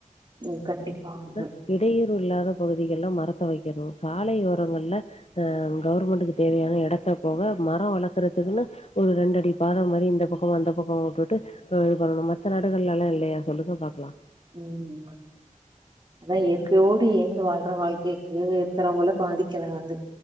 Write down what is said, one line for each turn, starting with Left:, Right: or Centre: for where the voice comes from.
Right: ம் கண்டிப்பாங்க
Left: ல இடையூறு இல்லாத பகுதிகள்ல மரத்த வைக்கணும் சாலையோரங்கள்ல அ கவர்மெண்ட்டுக்கு தேவையான இடத்த போக மரோ வளக்கறதுக்குன்னு ஒரு ரெண்டு அடி பாதம் மேரி இந்த பக்கம் அந்த பக்கம் உட்டுட்டு இது பண்ணணும் மத்த நாடுகள்ல எல்லாம் இல்லையா சொல்லுங்க பாக்கலாம்
Right: ம் அதான் இயற்கையோடு ஏயந்து வாழ்ற வாழ்க்கைக்கு இருக்கிறவுங்களு பாதிக்கிறாங்க வந்து